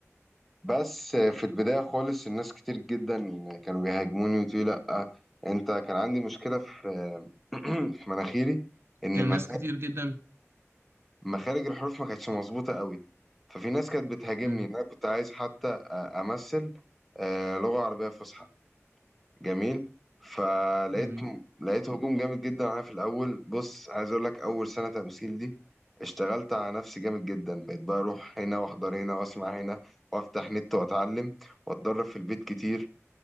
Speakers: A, in the centre; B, on the right (about 55°).
A: بس في البداية خالص الناس كتير جدا كانوا بيهاجموني وتقولي لأ انت كان عندي مشكلة في <clears throat> في مناخيري ان
B: كان
A: مخ-
B: ناس كتير جدا
A: مخارج الحروف ما كانتش مظبوطة قوي ففي ناس كانت بتهاجمني
B: مم.
A: ان انا كنت عايز حتى أ- امثل آه، لغة عربية فصحى جميل فلقيت
B: جميل
A: لقيت هجوم جامد جدا عليا في الاول بص عايز اقول لك اول سنه تمثيل دي اشتغلت على نفسي جامد جدا بقيت بقى اروح هنا واحضر هنا واسمع هنا وافتح نت واتعلم واتدرب في البيت كتير